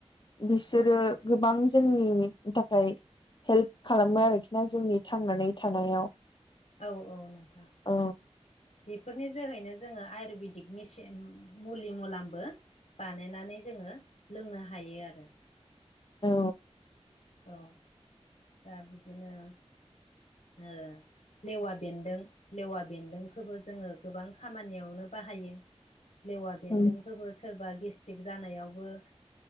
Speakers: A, on the left; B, on the left.
A: बिसोरो गोबां जोंनि थाखाय हेल्प खालामो आरोखि ना जोंनि थांनानै थानायाव
B: औ औ नथां
A: औ
B: बेफोरनि जोहैनो जोङो आयुरवेदिक मेसिन मुलि मुलामबो बानायनानै जोङो लोंनो हायो आरो
A: औ
B: औ दा बिदिनो <inaudible> लेवा बेन्दों लेवा बेन्दोंखौबो जोङो गोबां खामानियावनो बाहायो लेवा बेन्दोंखौबो
A: औ
B: सोरबा गेस्ट्रिक जानायावबो